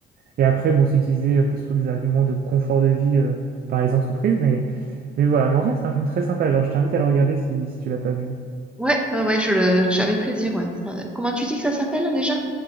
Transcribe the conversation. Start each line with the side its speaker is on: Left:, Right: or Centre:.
Right: Et après, bon, c'est utilisé plus pour des arguments de confort de vie euh, par les entreprises, mais, mais voilà, mais en vrai, c'est un film très sympa. Genre, je t'invite à le regarder si, si tu l'as pas vu.
Centre: ouais, ouais, ouais, je le, j'- avec plaisir, ouais. Ça- Comment tu dis que ça s'appelle déjà?